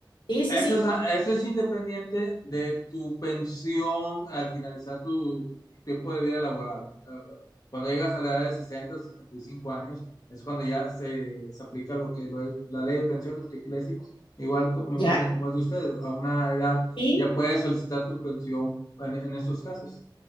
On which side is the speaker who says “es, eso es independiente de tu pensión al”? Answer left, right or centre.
Left